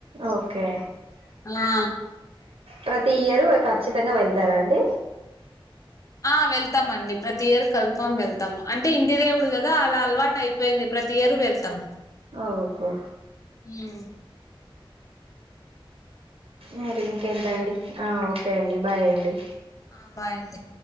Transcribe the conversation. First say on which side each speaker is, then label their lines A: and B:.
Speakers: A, on the right; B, on the left.
A: ఓకే
B: ఆ
A: ప్రతి ఇయరు ఖచ్చితంగా వెళ్తారా అండి
B: ఆ వెళ్తామండి ప్రతి ఇయర్ కన్ఫామ్ వెళ్తాము అంటే ఇంటి దేవుడు కదా అలా అలవాటు అయిపోయింది ఇప్పుడు ప్రతి ఇయరు వెళ్తాం
A: ఓహో
B: హ
A: మరి ఇంకేంట అండి ఆ ఓకే అండి బాయ్ అండి
B: ఆ బాయి ఆండీ